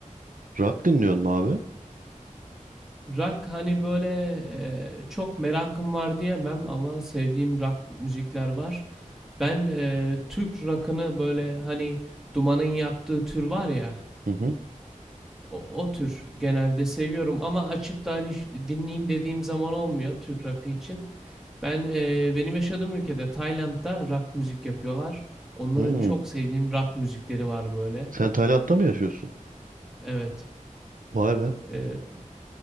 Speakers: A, on the right; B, in the centre.
A: Rock dinliyorsun mu abi?
B: Rock hani böyle e, çok merakım var diyemem ama sevdiğim rock müzikler var. Ben e, Türk rock'ını böyle hani Duman'ın yaptığı tür var ya
A: Hı hı.
B: O, o tür genelde seviyorum ama açıp da hani ş- dinleyeyim dediğim zaman olmuyor Türk rock'ı için. Ben e, benim yaşadığım ülkede Tayland'da rock müzik yapıyorlar. Onların
A: Hı.
B: çok sevdiğim rock müzikleri var böyle.
A: Sen Tayland'da mı yaşıyorsun?
B: Evet.
A: Vay be.
B: E,